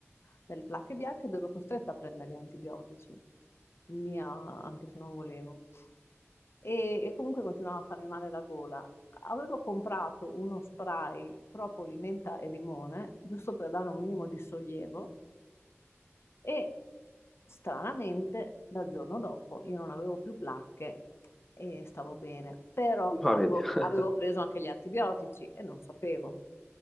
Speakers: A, on the left; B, in the centre.
A: delle placche bianche ed ero costretta a prendere gli antibiotici. Mia, anche se non volevo. E, e comunque continuava a farmi male la gola. Avevo comprato uno spray propoli, menta e limone, giusto per dare un minimo di sollievo. E stranamente, dal giorno dopo io non avevo più placche e stavo bene, però
B: ma
A: avevo,
B: vedi, <laughs>
A: avevo preso anche gli antibiotici e non sapevo.